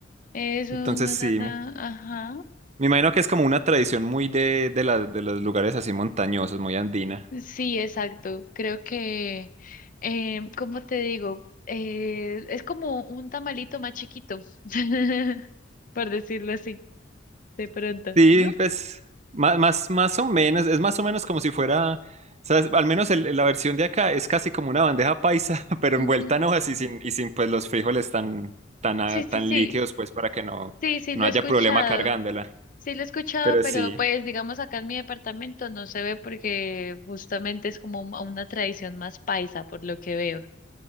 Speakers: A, on the left; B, on the right.
A: Es un...
B: entonces
A: na,
B: sí,
A: na, na,
B: me
A: Ajá.
B: me imagino que es como una tradición muy de, de la- de los lugares así montañosos, muy andina.
A: Sí, exacto. Creo que, eh, ¿cómo te digo? Eh, es como un tamalito más chiquito, <laughs> por decirlo así, de pronto,
B: Sí,
A: ¿no?
B: pues ma- más, más, o menos, es más o menos como si fuera, ¿sabes? Al menos el- la versión de acá es casi como una bandeja paisa, <laughs> pero
A: Ujú.
B: envuelta en hojas y sin, y sin pues los frijoles tan, tan, ah,
A: Sí, sí,
B: tan
A: sí.
B: líquidos, pues para que no,
A: Sí, sí,
B: no
A: lo
B: haya
A: he escuchado.
B: problema cargándola.
A: Sí, lo he escuchado,
B: Pero
A: pero
B: sí.
A: pues digamos acá en mi departamento no se ve porque justamente es como un- una tradición más paisa, por lo que veo.